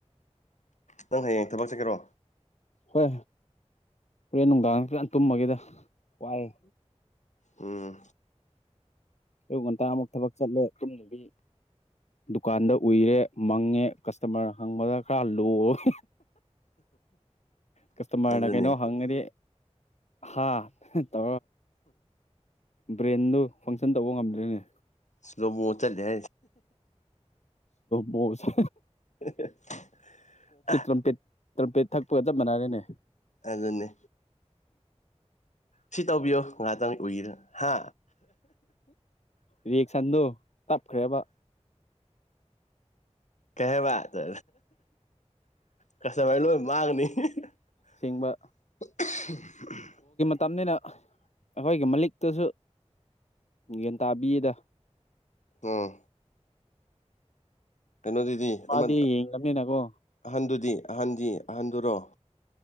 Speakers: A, on the left; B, on the left.
A: ꯅꯪ ꯍꯌꯦꯡ ꯊꯕꯛ ꯆꯠꯀꯦꯔꯣ
B: ꯍꯣꯏ ꯍꯣꯔꯦꯟ ꯅꯨꯡꯗꯥꯡ ꯄꯨꯂꯥꯟ ꯇꯨꯝꯃꯒꯦꯗ ꯋꯥꯏꯑꯦ
A: ꯎꯝ
B: ꯑꯌꯨꯛ ꯉꯟꯇꯥ ꯑꯃꯨꯛ ꯊꯕꯛ ꯆꯠꯂꯦ ꯑꯗꯨꯟꯅꯗꯤ ꯗꯨꯀꯥꯟꯗ ꯎꯏꯔꯦ ꯃꯪꯉꯦ ꯀꯁꯇꯃꯔ ꯍꯪꯕꯗ ꯈꯔ ꯂꯣꯛꯑꯣ ꯀꯁꯇꯃꯔꯅ
A: ꯑꯗꯨꯅꯤ
B: ꯀꯩꯅꯣ ꯍꯪꯉꯗꯤ ꯍꯥꯥ ꯇ ꯕ꯭ꯔꯦꯟꯗꯨ ꯐꯪꯁꯟ ꯇꯧꯕ ꯉꯝꯗ꯭ꯔꯦꯅꯦ
A: ꯁꯂꯣꯃꯣ ꯆꯂꯦ
B: ꯣꯁ
A: ꯑ
B: ꯇ꯭ꯔꯝꯄꯦꯠ ꯇ꯭ꯔꯝꯄꯦꯠ ꯊꯛꯄꯒ ꯆꯞ ꯃꯥꯟꯅꯔꯦꯅꯦ
A: ꯑꯖꯅꯦ ꯁꯤ ꯇꯧꯕꯤꯌꯣ ꯉꯥꯏꯍꯥꯛꯇꯪ ꯎꯏꯗ ꯍꯥ
B: ꯔꯤꯌꯦꯛꯁꯟꯗꯣ ꯇꯞꯈ꯭ꯔꯦꯕ
A: ꯀꯩꯕꯥ ꯇ ꯀꯁꯇꯃꯔ ꯂꯣꯏ ꯃꯥꯡꯉꯅꯤ <unintelligible>
B: ꯁꯦꯡꯕ ꯇꯝꯅꯤꯅ ꯑꯩꯈꯣꯏꯒꯤ ꯃꯂꯤꯛꯇꯁꯨ ꯒ꯭ꯌꯥꯟ ꯇꯥꯕꯤꯌꯦꯗ
A: ꯑꯥ ꯀꯩꯅꯣꯗꯨꯗꯤ
B: ꯃꯥꯗꯤ
A: ꯑꯃ
B: ꯌꯦꯡꯂꯕꯅꯤꯅꯀꯣ
A: ꯑꯍꯟꯗꯨꯗꯤ ꯑꯍꯟꯗꯤ ꯑꯍꯟꯗꯨꯔꯣ